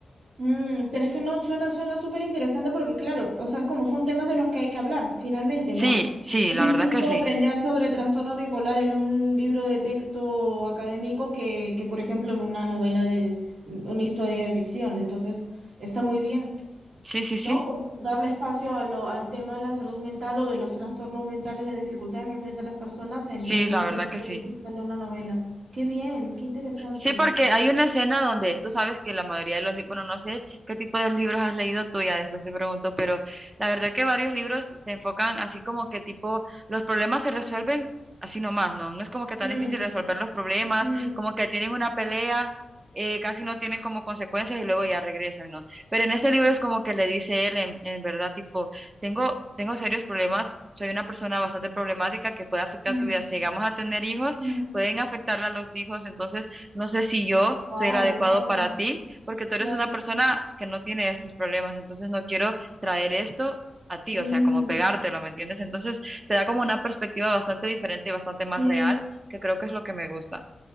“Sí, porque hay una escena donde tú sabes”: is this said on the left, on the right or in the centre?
Right